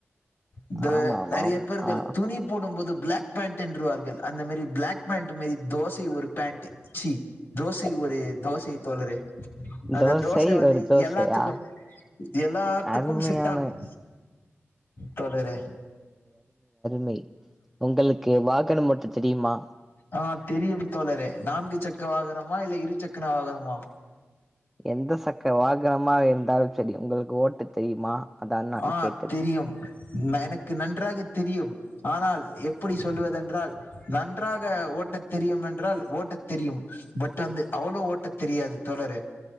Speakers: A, on the left; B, in the centre.
A: இந்த
B: ஆமா ஆமா
A: நறைய
B: ஆமா.
A: பேர்கள்
B: ஆ
A: துணி போடும்போது பிளாக் பேண்டு என்றுவார்கள் அந்த மாரி பிளாக் பேண்டு மாரி தோசை ஒரு பேண்ட் ச்சி தோஷ் சை ஒரு தோசை தோழரே அந்த
B: தோசை
A: தோச வந்து
B: ஒரு தோசையா
A: எல்லாத்துக்கும் எல்லாத்துக்கும்
B: அருமையான
A: செட்ட ஆகும் தோழரே
B: மை உங்களுக்கு வாகனம் ஓட்ட தெரியுமா
A: ஆ தெரியும் தோழரே நான்கு சக்கர வாகனமா இல்ல இரு சக்கர வாகனமா
B: எந்த சக்கர வாகனமா இருந்தாலும் செரி உங்களுக்கு ஓட்ட தெரியுமா அதான் நான்
A: ஆ
B: கேட்டது
A: தெரியும் நனக்கு நன்றாக தெரியும் ஆனால் எப்படி சொல்லுவதென்றால் நன்றாக ஓட்ட தெரியும் என்றால் ஓட்ட தெரியும் பட் வந்து அவ்வளோ ஓட்ட தெரியாது தோழரே